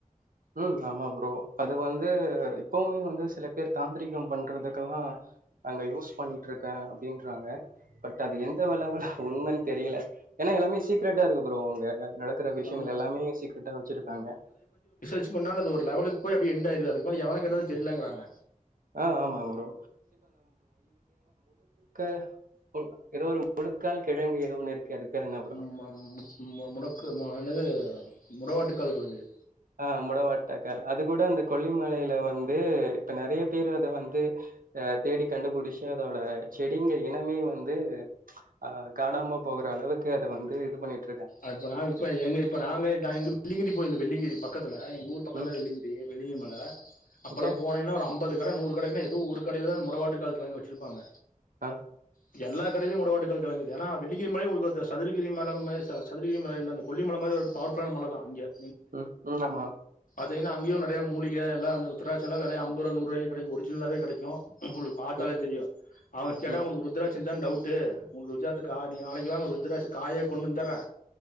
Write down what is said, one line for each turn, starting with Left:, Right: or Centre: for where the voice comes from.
Right: உம் ஆமா ப்ரோ அது வந்து இப்பவுமே வந்து சில பேர் தாந்ரீகம் பண்றதுக் குலா அங்க யூஸ் பண்ணிட்ருக்கே டின்றாங்க பட் அது எந்த வளவுல் உண்மன் தெரியல ஏனா எல்லாமே சீக்ரட்டா இருக்கு ப்ரோ அங்க நடக்குற விஷயங்கள்
Left: ஆ
Right: எல்லாமே சீக்ரட்டா வச்சிருக்காங்க
Left: சொன்னாலு அது ஒரு லெவலுக்கு பொய் அப்டி என்ட்டாய்ருது அதுக்கு மேல எவனக்கேட்டாலு தெரிலங்குறாங்க
Right: ஆ ஆமா ப்ரோ. க ஏதோ ஒரு முழுக்கால் கிழங்கு ஏதோ ஒன்னு இருக்கு அது பேர் என்ன ப்ரோ?
Left: உம் அம் ம்ம முடக்கு மு என்னது முடவாட்டு கால் கிழங்கு
Right: ஆஹ் முடவாட்டக்கால் அது கூட அந்த கொல்லிமலையில வந்து இப்ப நெறைய பேர் அத வந்து அஹ் தேடி கண்டுபிடிச்சு அதோட செடிங்க இனமே வந்து அஹ் காணாம போகுற அளவுக்கு அத வந்து இது பண்ணிட்டு இரு
Left: அப்ப நா இப்ப எங்க இ நாங்க எங்க வெள்ளிங்கிரி போயிருந்த வெள்ளிங்கிரி பக்கம் த்துல எங்க ஊர் பக்கோ
Right: ம்
Left: தா வெள்ளிங்கிரி வெள்ளிங்கி மல அப்பெல்லா
Right: ஓகே
Left: போனேன்ன ஒரு ஐம்பது கட நூறு கட ஏதோ ஒரு கடையில தா முடவாட்டு கால் கிழங்கு வெச்சிருப்பாங்க
Right: ஆஹ
Left: இப்ப எல்லா கடையிலையு முடவாட்டுகால் கெழங்கீது ஆனா வெள்ளிங்கிரி மலை மேரி சது சதுரகிரி மலை இல்ல அந்த கொல்ல மாரி ஒரு பவர் ஃபுல்லான மல தா இங்க
Right: உம் உ ஆமா
Left: மெய்னா அங்கேயு நெறைய முலிக எல்ல அந்த உத்தராட்சம்லா ஐம்பது நூரு ரூபாய்க்கு கெடைக்கோ ஒர்ஜினலாவவே கெடைக்கோ உங்களுக்கு பாத்தாலே
Right: ம்
Left: தெரியு அவுங்க கேட்டா
Right: ம்
Left: உங்களுக்கு ருத்ரா ராட்சோ தானே டவுட்டு ருத்ராட்சத்த நாளைக்கி வாங்க ருத்ராட்ச காயே கொண்டு வந்து தரே